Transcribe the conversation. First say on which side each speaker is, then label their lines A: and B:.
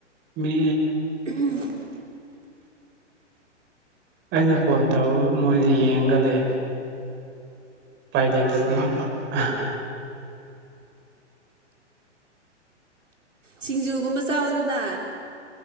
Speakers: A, on the right (about 30°); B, on the right (about 85°).
A: ꯃꯤ
B: ꯎꯝ
A: ꯑꯩꯅ ꯐꯣꯟ ꯇꯧꯔ ꯃꯣꯏꯁ ꯌꯦꯡꯒꯂꯦ ꯂꯩꯇ ꯑꯥ
B: ꯁꯤꯡꯖꯨꯒꯨꯝꯕ ꯆꯥꯎꯗꯅ